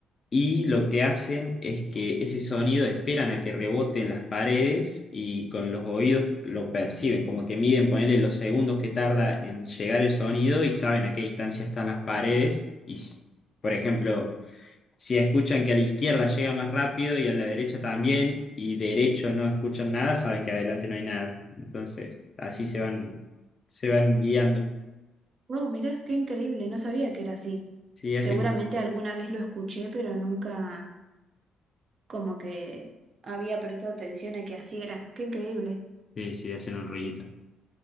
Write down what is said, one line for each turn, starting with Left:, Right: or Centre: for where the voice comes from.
Left: y lo que hacen es que ese sonido esperan a que rebote en las paredes y con los oídos lo perciben, como que miden, ponerle los segundos que tarda en llegar el sonido y saben a qué distancia están las paredes y, s- por ejemplo... Si escuchan que a la izquierda llega más rápido y a la derecha también, y derecho no escuchan nada, saben que adelante no hay nada. Entonces, así se van, se van guiando.
Right: wow, mira, qué increíble, no sabía que era así.
Left: Sí,
Right: Seguramente
Left: hacen como,
Right: alguna vez lo escuché, pero nunca como que había prestado atención a que así era. Qué increíble.
Left: sí, sí, hacen un rollito.